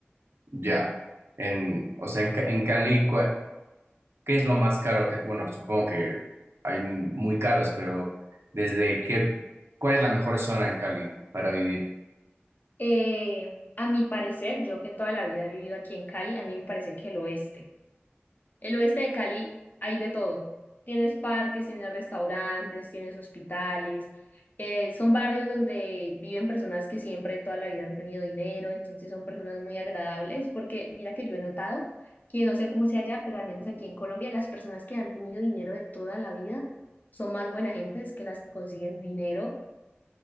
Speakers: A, on the right; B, on the left.
A: Ya. En, o sea, en, Ca- en Cali, ¿Qué es lo más caro que, bueno, supongo que hay muy caros, pero desde qué, cuál es la mejor zona en Cali para vivir?
B: Eh, a mi parecer, yo que toda la vida he vivido aquí en Cali, a mí me parece que el oeste. El oeste de Cali hay de todo. Tienes parques, tienes restaurantes, tienes hospitales. eh, son barrios donde viven personas que siempre toda la vida han tenido dinero, entonces son personas muy agradables, porque mira que yo he notado que no sé cómo sea allá, pero al menos aquí en Colombia las personas que han tenido dinero de toda la vida son más buena gentes que las que consiguen dinero